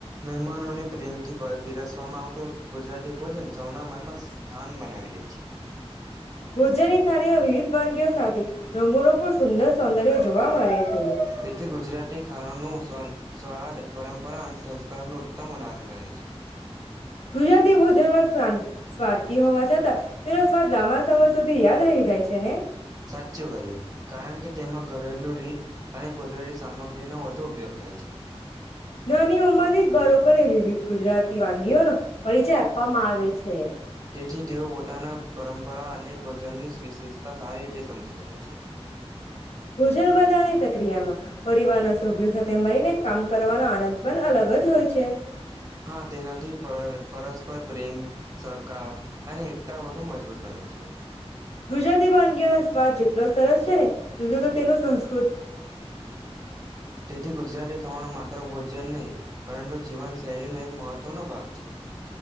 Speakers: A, on the right; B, on the left.
A: મહેમાનોને પ્રેમથી પીરસવામાં આવતું ગુજરાતી ભોજન સૌના મનમાં સ્થાન બનાવી લે છે.
B: ભોજનની થાળમાં વિવિધ વાનગીઓ સાથે રંગોનું પણ સુંદર સૌંદર્ય જોવા મળે છે.
A: તેથી ગુજરાતી ખાવાનું સ્વાદ પરંપરા અને સંસ્કારનું ઉત્તમ ઉદાહરણ ગણાય છે.
B: ગુજરાતી ભોજનમાં શાં સ્વાદગી હોવા છતાં તેનો સ્વાદ લાંબા સમય સુધી યાદ રહી જાય છે ને.
A: સાચું કહ્યું કારણ કે તેમાં ઘરેલું રીત અને કુદરતી સામગ્રીનો વધુ ઉપયોગ થાય છે.
B: નાની ઉંમરથી જ બાળકોને વિવિધ ગુજરાતી વાનગીઓને પરિચય આપવામાં આવે છે.
A: તેથી તેઓ પોતાના પરંપરા અને ભજનની વિશેષતા સારી રીતે સમજી શકે છે.
B: ભોજન બનાવવાની પ્રક્રિયામાં પરિવારના સભ્યો સાથે મળીને કામ કરવાનો આનંદ પણ અલગ જ હોય છે
A: હા તેનાથી પર પરસ્પર પ્રેમ સહકાર અને એકતા વધુ મજબૂત બને છે
B: ગુજરાતી વાનગીઓ ના સ્વાદ જેટલો સરસ છે એટલો તો તેનો સંસ્કાર
A: તેથી ગુજરાતી ખાવાનું માત્ર ભોજન નહી પરંતુ જીવનશૈલીનો એક મહત્ત્વનો ભાગ છે.